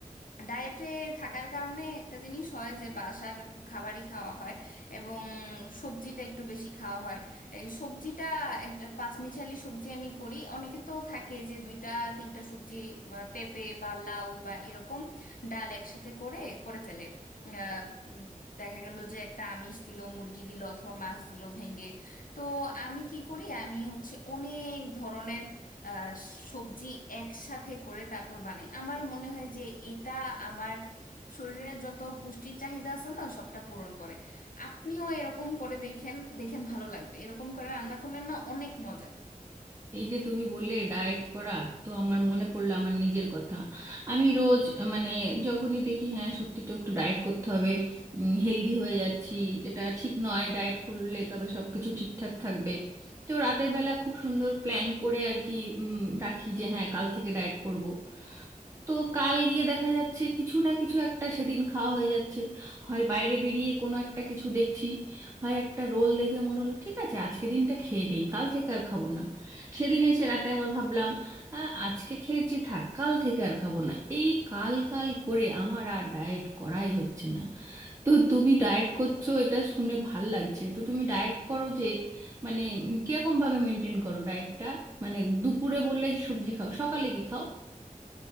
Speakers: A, on the left; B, on the right.
A: ডায়েটে থাকার কারণে একটা জিনিস হয় যে বাসার খাবারই খাওয়া হয় এবং সবজিটা একটু বেশি খাওয়া হয় এই সবজিটা একটা পাঁচমিশালি সবজি আমি করি অনেকে তো থাকে যে দুইটা তিনটা সবজি বা পেঁপে বা লাউ বা এরকম ডাল একসাথে করে করে ফেলে আহ, উম, দেখা গেল যে একটা আমিষ দিল মুরগি দিল অথবা মাছ দিল ভেঙে তো আমি কি করি আমি হচ্ছে অনেক ধরনের আহ, সবজি একসাথে করে তারপর বানাই আমার মনে হয় যে এটা আমার শরীরে যত পুষ্টির চাহিদা আছে না সবটা পূরণ করে আপনিও এরকম করে দেখেন দেখেন ভালো লাগবে এরকম করে রান্না করলে না অনেক মজা
B: এই যে তুমি বললে ডায়েট করা তো আমার মনে পড়লো আমার নিজের কথা আমি রোজ আহ, মানে যখনই দেখি হ্যাঁ সত্যি তো একটু ডায়েট করতে হবে হেলদি হয়ে যাচ্ছি এটা ঠিক নয় ডায়েট করলে তবে সব কিছু ঠিকঠাক থাকবে তো রাতের বেলা খুব সুন্দর প্ল্যান করে আর কি উম, রাখি যে হ্যাঁ কাল থেকে ডায়েট করব তো কাল গিয়ে দেখা যাচ্ছে কিছু না কিছু একটা সেদিন খাওয়া হয়ে যাচ্ছে হয় বাইরে বেরিয়ে কোনো একটা কিছু দেখছি হয় একটা রোল দেখে মনে হলো ঠিক আছে আজকে দিনটা খেয়ে নিই কাল থেকে আর খাবো না সেদিন এসে রাতে আবার ভাবলাম "আ, আজকে খেয়েছি থাক কাল থেকে আর খাবো না এই কাল কাল করে আমার আর ডায়েট করাই হচ্ছে না তো তুমি ডায়েট করছো এটা শুনে ভাল লাগছে তো তুমি ডায়েট করো যে মানে উম, কিরকম ভাবে মেনটেন করো ডায়েটটা মানে দুপুরে বললে যে সবজি খাও সকালে কি খাও